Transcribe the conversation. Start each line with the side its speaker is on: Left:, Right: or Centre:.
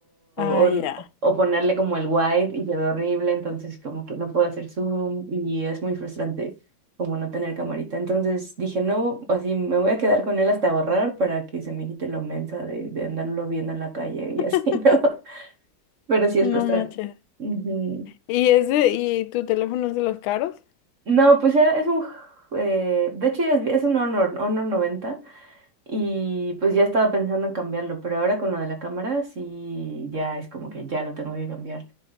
Left: Ay,
Right: o, n-
Left: ya.
Right: o ponerle como el wide y se ve horrible, entonces como que no puedo hacer zoom y es muy frustrante como no tener camarita. Entonces dije, no, así me voy a quedar con él hasta borrar para que se me quite lo mensa de, de andarlo viendo en la calle y
Left: <laughs>
Right: así, <laughs> ¿no? Pero sí es
Left: No
Right: frustrante.
Left: manches.
Right: Ujú.
Left: ¿Y ese, y tu teléfono es de los caros?
Right: No, pues era, es un... eh, de hecho ya es, es un Honor, Honor noventa y pues ya estaba pensando en cambiarlo, pero ahora con lo de la cámara sí ya es como que ya lo tengo que cambiar.